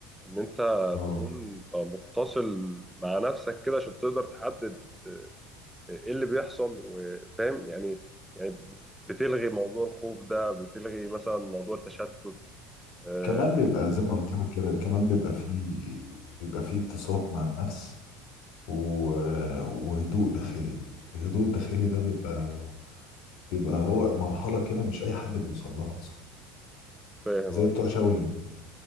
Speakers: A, in the centre; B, on the left (about 70°).
A: ان انت
B: اه
A: تكون آه، متصل مع نفسك كده عشان تقدر تحدد ايه اللي بيحصل وفاهم يعني يعني بتلغي موضوع الخوف ده بتلغي مثلا موضوع التشتت آه،
B: كمان بيبقى زي ما قلت لك كده كمان بيبقى فيه بيبقى فيه اتساق مع النفس و... وهدوء داخلي الهدوء الداخلي ده بيبقى بيبقى هو مرحلة كده مش أي حد بيوصل لها أصلا
A: فاهم
B: زي
A: اه
B: بتوع شاولين